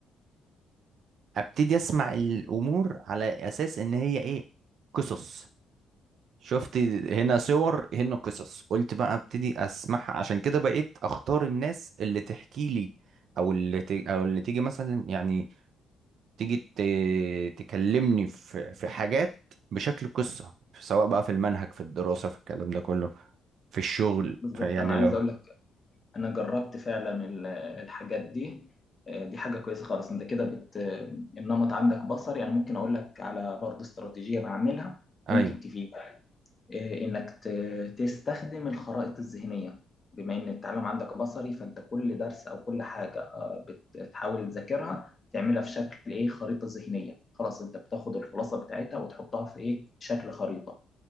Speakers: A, on the right; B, on the left.
A: ابتدي اسمع الامور على اساس ان هي ايه قصص شفت هنا صور هنا قصص قلت بقى ابتدي اسمعها عشان كده بقيت اختار الناس اللي تحكي لي او اللي ت... او اللي تيجي مثلا يعني تيجي ت... تكلمني في في حاجات بشكل قصة سواء بقى في المنهج في الدراسة في الكلام ده كله في الشغل
B: بالظبط
A: في يعني
B: انا عايز
A: لو
B: اقول لك انا جربت فعلا ال- الحاجات دي آه، دي حاجه كويسه خالص انت كده بت النمط عندك بصري يعني ممكن اقول لك على برضه استراتيجيه بعملها
A: ايوه
B: ممكن تفيدك آه، انك ت- تستخدم الخرائط الذهنيه بما ان التعلم عندك بصري فانت كل درس او كل حاجه آه، بتحاول تذاكرها تعملها في شكل ايه خريطه ذهنيه خلاص انت بتاخد الخلاصه بتاعتها وتحطها في ايه شكل خريطه